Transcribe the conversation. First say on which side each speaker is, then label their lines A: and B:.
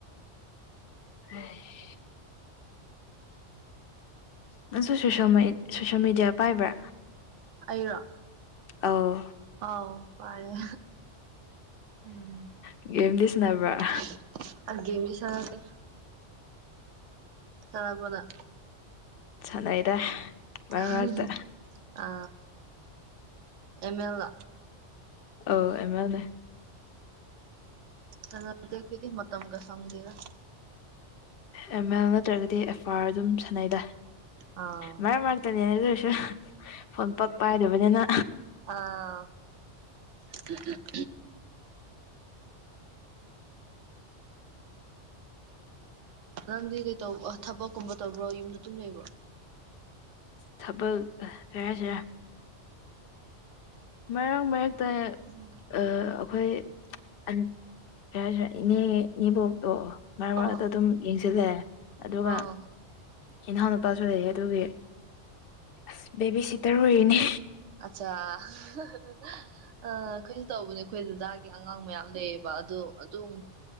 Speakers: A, on the left (about 60°); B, on the right (about 85°).
A: <unintelligible> ꯅꯪꯁꯨ ꯁꯣꯁꯦꯜ ꯃꯦ ꯁꯣꯁꯦꯜ ꯃꯦꯗꯤꯌꯥ ꯄꯥꯏꯕ꯭ꯔꯥ
B: ꯑꯩꯔꯣ
A: ꯑꯥꯎ
B: ꯑꯣꯥꯎ ꯄꯥꯏꯌꯦ ꯎꯝ
A: ꯒꯦꯝꯗꯤ ꯁꯥꯟꯅꯕ꯭ꯔꯥ
B: <unintelligible> ꯑ ꯒꯦꯝꯗꯤ ꯁꯥꯟꯅꯗꯦ ꯁꯥꯟꯅꯕ꯭ꯔꯣ ꯅꯪ
A: ꯁꯥꯟꯅꯩꯗ ꯃꯔꯛ
B: <unintelligible>
A: ꯃꯔꯛꯇ
B: ꯑ ꯑꯦꯝ ꯃꯦꯜ ꯂꯣ
A: ꯑꯧ ꯑꯦꯝ ꯃꯦꯜꯅꯦ
B: ꯑꯣ <unintelligible> ꯃꯇꯝꯒ ꯁꯪꯗꯦꯗ
A: ꯑꯦꯝ ꯑꯦꯜ ꯅꯠꯇ꯭ꯔꯒꯗꯤ ꯑꯦꯐ ꯑꯥꯔ ꯑꯗꯨꯝ ꯁꯥꯟꯅꯩ ꯗ
B: ꯑꯥ
A: ꯃꯔꯛ ꯃꯔꯛꯇꯅꯤꯗ ꯑꯗꯨꯁꯨ ꯐꯣꯟ ꯄꯥꯛ ꯄꯥꯏꯗꯕꯅꯤꯅ
B: ꯑꯥ <unintelligible> ꯅꯪꯗꯤ ꯀꯩꯇꯧꯕ ꯊꯕꯛꯀꯨꯝꯕ ꯇꯧꯕ꯭ꯔꯣ ꯌꯨꯝꯗ ꯑꯗꯨꯝ ꯂꯩꯕ꯭ꯔꯣ
A: ꯊꯕꯛ ꯀꯩ ꯍꯥꯏꯁꯤꯔ ꯃꯔꯛ ꯃꯔꯛꯇ
B: <unintelligible>
A: ꯑ ꯑꯩꯈꯣꯏ ꯑꯟ ꯀꯔꯤ ꯍꯥꯏꯁꯤꯔ ꯏꯅꯦ ꯏꯅꯦꯕꯣꯛꯇꯣ ꯃꯔꯛ ꯃꯔꯛꯇ
B: ꯑꯥ
A: ꯑꯗꯨꯝ ꯌꯦꯡꯁꯤꯜꯂꯦ ꯑꯗꯨꯒ
B: ꯑꯥ
A: ꯏꯅꯥꯎ ꯅꯨꯄꯥꯁꯨ ꯂꯩꯌꯦ ꯑꯗꯨꯒꯤ ꯑꯁ ꯕꯦꯕꯤ ꯁꯤꯇꯔ ꯑꯣꯏꯔꯤꯅꯦ
B: ꯑꯆꯥ <unintelligible> ꯑꯩꯈꯣꯏꯁꯨ ꯇꯧꯕꯅꯦ ꯑꯩꯈꯣꯏ ꯗꯥꯗꯥꯒꯤ ꯑꯉꯥꯡ ꯃꯌꯥꯝ ꯂꯩꯌꯦꯕ ꯑꯗꯨ ꯑꯗꯨꯝ